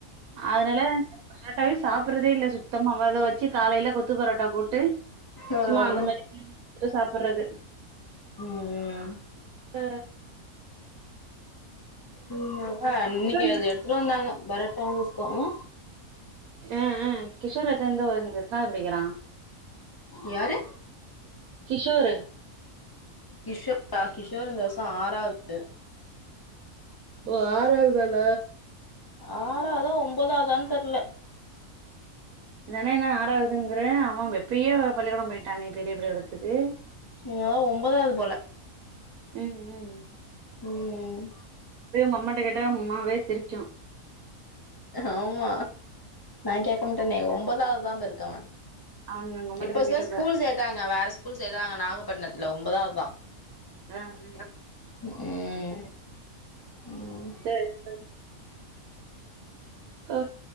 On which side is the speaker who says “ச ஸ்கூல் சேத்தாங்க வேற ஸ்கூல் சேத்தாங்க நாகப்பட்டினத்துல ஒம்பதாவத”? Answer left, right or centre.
Left